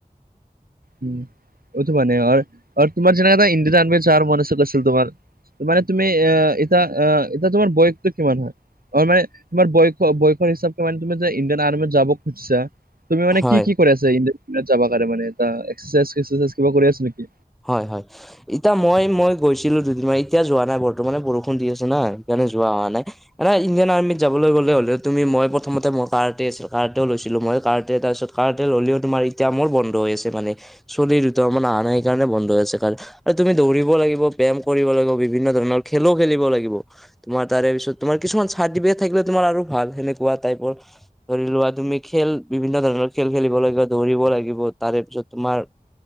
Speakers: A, on the right; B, in the centre.
A: উম, এইটো মানে, হয়! আৰু তোমাৰ যেনেকা, এটা ইণ্ডিয়ন আৰ্মি চাৰ, <unintelligible> আছিল তোমাৰ। মানে তুমি, আঁ এতিয়া, আঁ এতিয়া তোমাৰ, বয়সটো কিমান হয়? মই মানে, তোমাৰ বয়স, বয়সৰ হিচাপে মানে, তুমি যে ইণ্ডিয়ান আৰ্মিত যাব খুজিছা। তুমি মানে,
B: হয়
A: কি কি কৰি আছা ইণ্ডিয়ান আৰ্মিত যাব কাৰণে মানে, <unintelligible> এক্সাৰচাইজ-চেক্সেৰচাইজ কিবা কৰি আছা নেকি?
B: হয়, হয়! এতিয়া মই, মই গৈছিলোঁ দুদিনমান। এতিয়া যোৱা নাই, বৰ্তমানে বৰষুণ দি আছে না, সেইকাৰণে যোৱা হোৱা নাই। এনে ইণ্ডিয়ান আৰ্মিত যাবলৈ গ'লে হ'লে, তুমি মই প্ৰথমতে মই, কাৰ্টে লৈছিলোঁ মই, কাৰ্টে। তাৰপিছত, কাৰ্টে ল'লেও তোমাৰ, এতিয়া মোৰ বন্ধ হৈ আছে মানে। চোৱালী দুটামান অহা নাই, সেইকাৰণে বন্ধ আছে। কাৰণ, আৰু তুমি দৌৰিব লাগিব, ব্যায়াম কৰিব লাগিব, বিভিন্ন ধৰণৰ খেলোঁ, খেলিব লাগিব। তোমাৰ তাৰেপিছত, তোমাৰ কিছুমান চাৰ্টিফিকেট থাকিলে, তোমাৰ আৰু ভাল! সেনেকুৱা টাইপৰ। ধৰি লোৱা, তুমি খেল, বিভিন্ন ধৰণৰ খেল খেলিব লাগিব, ধৰিব লাগিব। তাৰেপিছত, তোমাৰ